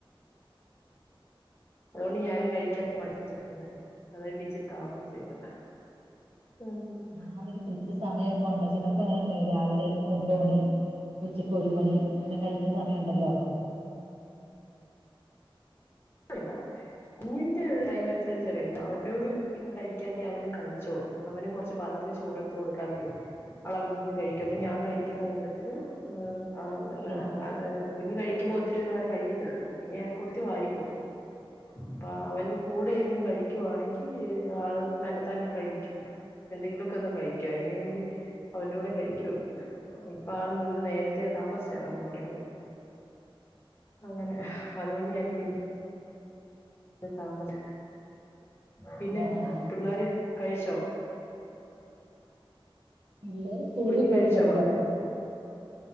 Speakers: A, on the left; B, on the right.
A: <inaudible> ഞാനും കഴിക്കാ മടിച്ചെ അതായി ഇച്ചിരി താമസച്ചെ ഇന്ന് ആ
B: ഞാനരു കൃത്യ സമയമൊക്കൊണ്ട് ചിലർക്കങ്ങനെ ഉണ്ട് രാവിലെ ഒൻപത് മണി ഉച്ചക്ക് ഒരു മണി അങ്ങനെ കഴിക്കണ സമയണ്ടല്ലോ
A: ല്ല കുത്തിന്റെ ഒരു ടൈമനുസരിച്ച കഴിക്ക അവന്റെയോട് ഇരുന്ന് കഴിക്കാങ്കി അവനും കഴിച്ചോളൂ അവനും കൊറച്ച് പാത്രത്തി ചോറെടുത്ത്
B: ആ ആ
A: കൊടുക്കാങ്കിലേ ആളവിടിരുന്നു കഴിക്കും അപ്പൊ ഞാൻ കഴിക്കുന്ന കൂട്ടത്തില് <unintelligible>
B: കഴിച്ചോളൂ
A: കുഞ്ഞ് കഴിക്കുമ്പോ ഒത്തിരിയൊന്നും അങ്ങനെ കഴിക്കത്തില്ലല്ലോ പിന്നെ ഞാൻ കൂട്ടത്തി വാരികൊ
B: ആ
A: അപ്പ അവന്റ കൂടെ ഇരുന്ന് കഴിക്കുവാണെങ്കി ആള് തന്നതാനെ കഴിക്കും എന്തെങ്കിലുക്കെന്ന് കഴിക്കും അയ്ന് വേണ്ടി അവന്റൂടെ കഴിക്കുള്ളൂ ഇപ്പൊ ആള് ഇന്ന് നേരത്തെ താമസിച്ചാണ് കെടന്നൊറങ്ങിയത് അങ്ങനെ അതുകൊണ്ട് ഞാനിപ്പന്ന്- അ താമസ പിന്നെ
B: ആഹ് ആഹ്
A: പിള്ളാര് കഴിച്ചോ
B: പിള്ളേര് സ്കൂളിൽ
A: കുഞ്ഞു
B: പോയി
A: കഴിച്ചോ
B: ചെറുത്
A: ആഹാരം